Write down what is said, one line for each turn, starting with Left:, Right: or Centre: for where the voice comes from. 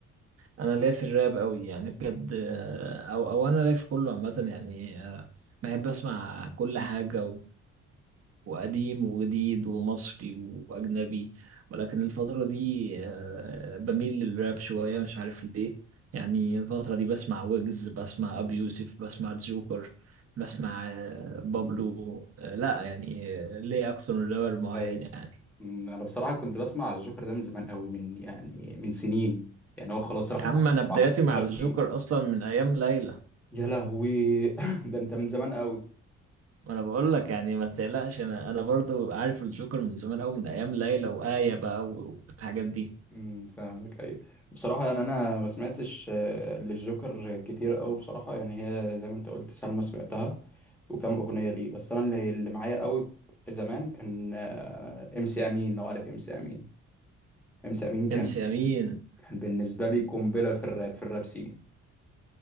Right: انا ليا في الراب قوي يعني بجد آه، او او انا ليا في كله عامه يعني آه، بحب اسمع كل حاجه وقديم وجديد ومصري وأجنبي ولكن الفترة دي آه، بميل للراب شوية مش عارف ليه يعني الفترة دي بسمع ويجز بسمع أبي يوسف بسمع جوكر بسمع آه، بابلو آه، لا يعني آه، ليه أكثر من رابر معين
Centre: طيب
Right: يعني
Centre: أمم، انا بصراحه كنت بسمع الجوكر ده من زمان قوي من يعني من سنين يعني هو خلاص راحت
Right: يا عم
Centre: عليه
Right: أنا
Centre: بصراحه
Right: بداياتي
Centre: في
Right: مع
Centre: الراب
Right: الجوكر
Centre: سين
Right: أصلا من أيام ليلى
Centre: يا لهوي <laughs> ده انت من زمان قوي
Right: ما أنا بقول لك يعني ما تقلقش أنا أنا برضو عارف الجوكر من زمان أوي من أيام ليلى وآية بقى والحاجات دي
Centre: أمم، <laughs> فاهمك ايوه بصراحه يعني انا ما سمعتش آه، للجوكر كتير قوي بصراحه يعني هي زي ما انت قلت سلمى سمعتها وكم اغنيه ليه بس انا اللي اللي معايا قوي زمان كان آه، ام سي امين لو عارف ام سي امين ام سي امين كان
Right: امس امين
Centre: كان بالنسبة لي قنبلة في الراب في الراب سين